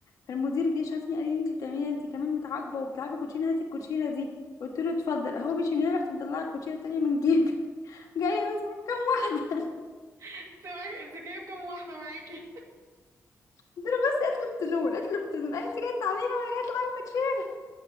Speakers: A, on the left; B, on the right.
A: فالمدير جه شافني قال لي انت بتعملي انت كمان متعاقبة وبتلعبي كوتشينة هاتي الكوتشينة دي قلت له اتفضل هو مشي من هنا رحت مطلعه الكوتشينة التانية من جيبي <laughs> جاي هو انت معاك كام واحدة
B: <laughs> انت معاك- انت جايب كام واحده معاكي
A: قلت له بس اطلب تنول اطلب تنول قال انت جاية تعلمي ولا جاية تلعبي كوتشينة